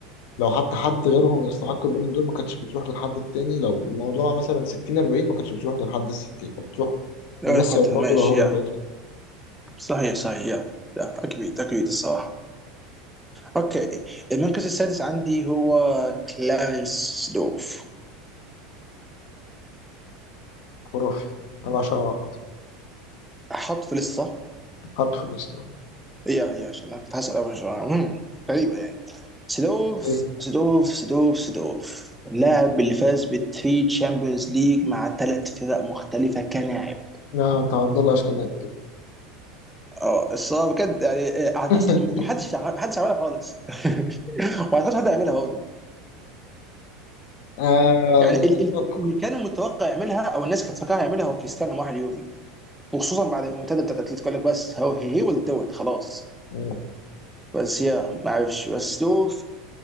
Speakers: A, on the left (about 65°); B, in the centre.
A: لو حتى حد غيرهم يستحق البالون دور ما كانتش بتروح للحد التاني لو الموضوع مثلا 60 40 ما كانتش بتروح للحد ال 60 كانت بتروح
B: لو
A: لميسي
B: ياخدها
A: او رونالدو
B: ماشي
A: لو هو
B: يا
A: 40%
B: صحيح صحيح يا يا اكيد اكيد الصراحه اوكي المركز السادس عندي هو كلارنس دوف
A: خرافي انا بعشقه عامه
B: حط في لسه
A: حطه في الاسطوانه
B: إيه، يا يا عشان انا كنت هسأل أول سؤال مم. غريبة يعني سيدورف
A: ايه
B: سيدورف سيدورف سيدورف اللاعب اللي فاز بالثري تشامبيونز ليج مع ثلاث فرق مختلفة كلاعب
A: لا انت عبد الله اشكناني كده
B: اه الصراحة بجد يعني آه،
A: <laughs>
B: اصل ما حدش ما حدش عملها خالص <laughs> وما اعتقدش حد هيعملها برضه
A: آه،
B: يعني ال-
A: اتوقع
B: ال- اللي كان متوقع يعملها او الناس كانت فاكرها يعملها هو كريستيانو مع اليوفي وخصوصا بعد المنتدى بتاعت اتلتيكو قال لك بس هو هي ويل دو ات خلاص
A: مم،
B: بس يا ما اعرفش بس دول